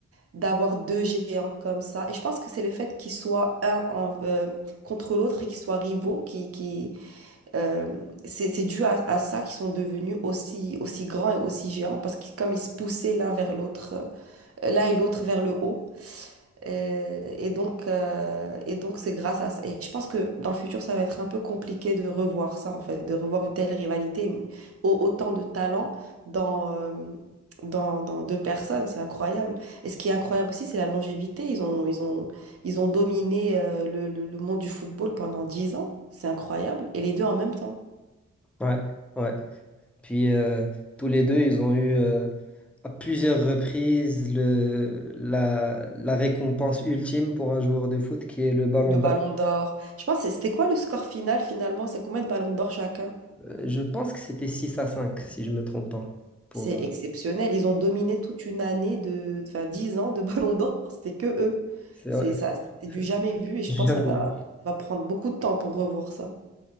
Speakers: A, on the right; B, in the centre.
A: d'avoir deux géants comme ça. Et je pense que c'est le fait qu'ils soient un en- euh, contre l'autre et qu'ils soient rivaux, qui, qui, euh, c'est c'est dû à, à ça qu'ils sont devenus aussi, aussi grands et aussi géants, parce que comme ils se poussaient l'un vers l'autre, euh, l'un et l'autre vers le haut. Euh, Et, donc, euh, et donc, c'est grâce à ça. Et je pense que dans le futur, ça va être un peu compliqué de revoir ça, en fait, de revoir une telle rivalité, une- au- autant de talent dans, euh, dans, dans deux personnes. C'est incroyable. Et ce qui est incroyable aussi, c'est la longévité. Ils ont, ils ont, ils ont dominé, euh, le, le- le monde du football pendant 10 ans. C'est incroyable. Et les deux en même temps.
B: Ouais, ouais. Puis euh, tous les deux, ils ont eu euh, à plusieurs reprises le, la, la récompense ultime pour un joueur de foot qui est le ballon
A: Le ballon
B: d'or.
A: d'or. Je pense, que c'était quoi le score final, finalement? C'est combien de ballons d'or chacun?
B: Euh, Je pense que c'était 6 à 5, si je ne me trompe pas. Pour,
A: C'est
B: euh,
A: exceptionnel. Ils ont dominé toute une année de, enfin, 10 ans de <laughs> Ballon d'Or. C'était que eux.
B: c'est
A: C'est
B: vrai,
A: ça, c'est du jamais vu
B: <laughs>
A: et je
B: j'ai
A: pense
B: jamais
A: que ça va,
B: vu.
A: ça va prendre beaucoup de temps pour revoir ça.